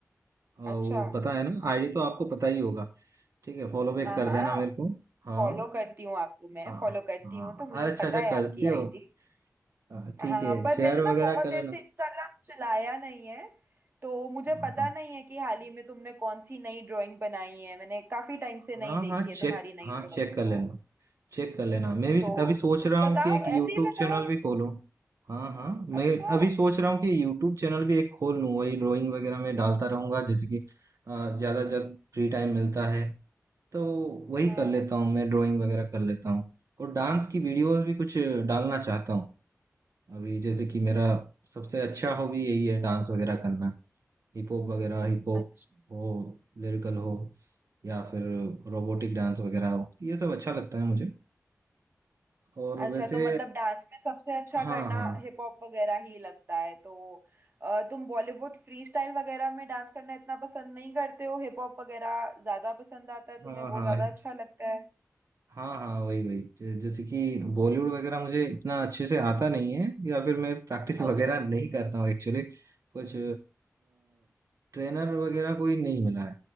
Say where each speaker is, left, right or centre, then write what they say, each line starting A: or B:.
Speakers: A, on the right; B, on the right.
A: अ, वो
B: अच्छा
A: पता है ना आईडी तो आपको पता ही होगा ठीक है फॉलो बैक
B: हाँ
A: कर
B: हाँ
A: देना मेरे को हाँ
B: फॉलो करती हूँ आपको मैं
A: हाँ
B: फॉलो करती
A: हाँ
B: हूँ तो मुझे
A: अरे अच्छा
B: पता
A: अच्छा
B: है
A: करते
B: आपकी आईडी
A: हो हाँ, ठीक
B: हाँ
A: है
B: पर
A: शेयर
B: मैंने ना
A: वगैरह
B: बहुत
A: कर
B: देर
A: लेना
B: से इंस्टाग्राम चलाया नहीं है तो मुझे
A: हाँ
B: पता
A: हाँ
B: नहीं है कि हाल ही में तुमने कौन सी नई ड्राइंग बनाई है मैंने काफी टाइम
A: हाँ
B: से नहीं देखी
A: हाँ चेक
B: है तुम्हारी नई
A: हाँ
B: ड्राइंग
A: चेक कर
B: तो
A: लेना चेक कर लेना मैं भी
B: तो
A: अभी सोच
B: कुछ
A: रहा हूँ
B: बताओ
A: कि एक यूट्यूब
B: ऐसे ही बताओ
A: चैनल भी खोलूँ हाँ हाँ मैं
B: अच्छा
A: अभी सोच रहा हूँ कि यूट्यूब चैनल भी एक खोल लूँ वही ड्राइंग वगैरह में डालता रहूंगा जैसे कि अ, ज्यादा जब फ्री टाइम मिलता है तो वही
B: हाँ
A: कर लेता हूँ मैं ड्राइंग वगैरह कर लेता हूँ और डांस की वीडियोस भी कुछ डालना चाहता हूँ अभी जैसे कि मेरा सबसे अच्छा हॉबी यही है डांस वगैरह करना हिप हॉप वगैरह हिप हॉप
B: अच्छा
A: हो लिरिकल हो या फिर रोबोटिक डांस वगैरह हो ये सब अच्छा लगता है मुझे और
B: अच्छा
A: वैसे
B: तो मतलब डांस में सबसे अच्छा
A: हाँ
B: करना
A: हाँ
B: हिप हॉप वगैरह ही लगता है तो अ, तुम बॉलीवुड फ्री स्टाइल वगैरह में डांस करना इतना पसंद नहीं करते हो हिप हॉप वगैरह ज्यादा पसंद आता है तुम्हें
A: हाँ हाँ
B: वो ज्यादा अच्छा लगता है
A: हाँ हाँ वही वही ज- जैसे कि बॉलीवुड वगैरह मुझे इतना अच्छे से आता नहीं है या फिर मैं प्रैक्टिस वगैरह
B: अच्छा
A: नहीं करता हूँ एक्चुअली कुछ ट्रेनर वगैरह कोई नहीं मिला है